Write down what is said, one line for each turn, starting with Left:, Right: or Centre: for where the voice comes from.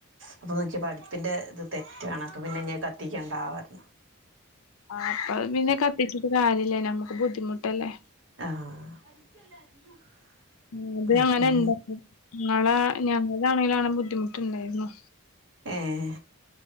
Right: അപ്പൊ നോക്കിയപ്പോ അട്പ്പിന്റെത് തെറ്റാണ്. അപ്പ പിന്നെഞ്ഞഅ് കത്തിക്കണ്ടാ പർഞ്ഞു
Left: ആഹ് അപ്പ പിന്നെ കത്തിച്ചിട്ട് കാര്യല്ല്യ. നമ്മക്ക് ബുദ്ധിമുട്ടല്ലേ?
Right: ആഹ്
Left: ഉം ത്അങ്ങനെ
Right: അപ്പം
Left: ഇണ്ട ങ്ങളാ ഞങ്ങളാണെങ്കിലാണ് ബുദ്ധിമുട്ട്ണ്ടായ്ര്ന്നോ
Right: ഏഹ്